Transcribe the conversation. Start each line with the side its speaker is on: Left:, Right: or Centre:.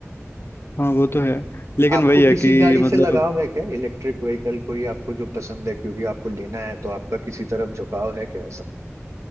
Left: हाँ वो तो है लेकिन
Right: आपको
Left: वही है
Right: किसी
Left: कि
Right: गाड़ी
Left: मतलब
Right: से लगाव है क्या इलेक्ट्रिक व्हीकल कोई आपको जो पसंद है क्योंकि आपको लेना है तो आपका किसी तरफ झुकाव है क्या ऐसा